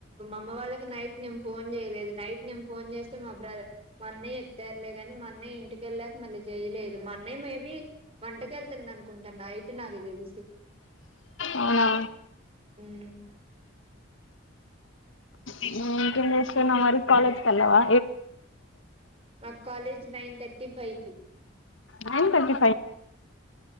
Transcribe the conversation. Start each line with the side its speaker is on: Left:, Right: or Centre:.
Right: అమ్మ వాళ్ళకి నైట్ ఫోన్ చేయలేదు నైట్ నే ఫోన్ చేస్తే మా బ్రదర్ మా అన్నయ్య ఏ తెరలే గాని మొన్నయ ఇంటికెళ్ళాక మళ్ళీ చేయలేదు మొన్నయ మేబి వంటక వెళ్తున్నా కుంటన్నా నైట్ నాకు తెలుసు
Left: అవునా
Right: హ్మ్
Left: ఇంకేం చేస్తున్నావ్ మరి కాలేజ్ కెళ్ళావా
Right: మాకు కాలేజ్ నైన్ థర్టీ ఫైవ్ కి
Left: నైన్ తాటి